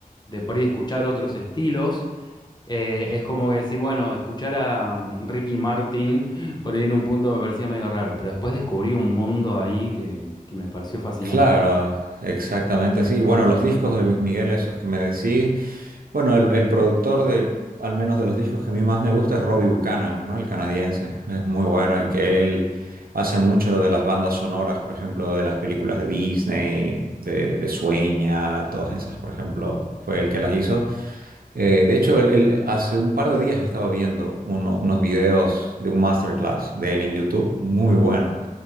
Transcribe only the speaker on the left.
de por ahí escuchar otros estilos, eh, es como que decir, bueno, escuchar a mm, Ricky Martin por ahí en un punto me parecía medio raro, pero después descubrí un mundo ahí que, que me pareció fascinante.